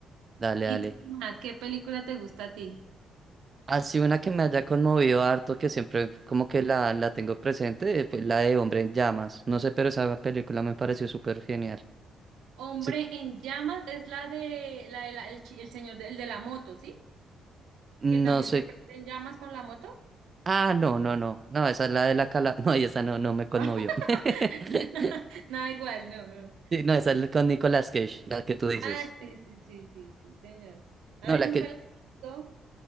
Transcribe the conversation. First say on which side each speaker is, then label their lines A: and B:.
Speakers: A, on the right; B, on the right.
A: dale,
B: ¿Y
A: dale.
B: tú, qué más? ¿Qué película te gusta a ti?
A: Así una que me haya conmovido harto, que siempre como que la, la tengo presente, eh, fue la de Hombre en Llamas. No sé, pero esa película me pareció súper genial.
B: Hombre
A: Sí,
B: en llamas es la de la, de la- el, chi- el señor del de la moto, ¿sí?
A: no
B: Que también
A: sé.
B: se prende en llamas con la moto.
A: Ah, no, no, no. No, esa es la de la cala. <laughs> No, y esa no, no me conmovió.
B: <laughs>
A: <laughs>
B: Nada igual, no, no.
A: Sí, no, esa es con Nicolas Cage, la que tú dices.
B: Ah, sí, sí, sí, sí, sí, señor. Ay,
A: No, la
B: nunca
A: que,
B: la he visto.